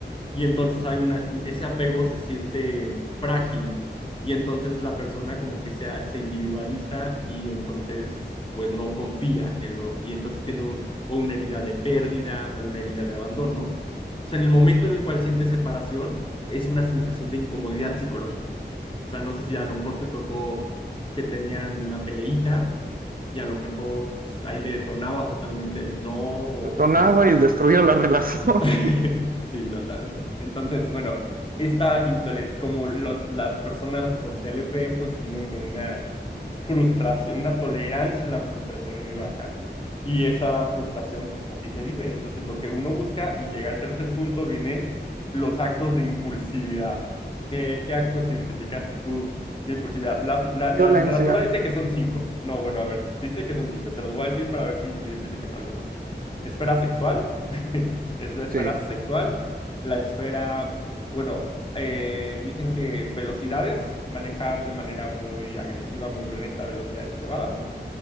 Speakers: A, on the left (about 30°); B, on the right (about 55°).
A: y entonces hay una, ese apego se siente frágil y entonces la persona como que se, se individualiza y entonces pues no confía en lo, y entonces tiene un- o una herida de pérdida o una herida de abandono. O en el momento en el cual siente separación, es una sensación de incomodidad psicológica. O sea, no sé si a lo mejor te tocó que tenían una peleíta y a lo mejor pues, ahí le detonaba totalmente el no o
B: Detonaba
A: no,
B: y destruía la relación.
A: <laughs>
B: <laughs>
A: Sí, totalmente. Entonces, bueno, esta intoler- como los, las personas con TLP, pues viven con una frustración, una tolerancia a la frustración muy baja. Y esa frustración, pues así se vive. Entonces, lo que uno busca y llega al tercer punto, vienen los actos de impulsividad. ¿Qué, qué actos identificaste tú de impulsividad? La, la,
B: Violencia,
A: la literatura dice que son cinco. No, bueno, a ver, dice que son cinco. Te los voy a decir para ver si identificas alguno esfera sexual, <laughs> es la esfera
B: sí,
A: sexual, la esfera, bueno, eh, dicen que velocidades, manejar de manera muy agresiva, muy violenta, velocidades elevadas,